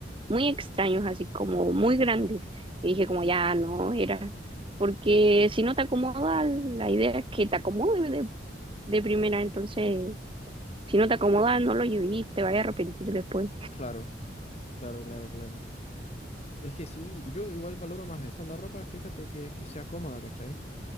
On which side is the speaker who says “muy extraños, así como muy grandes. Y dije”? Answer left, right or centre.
Right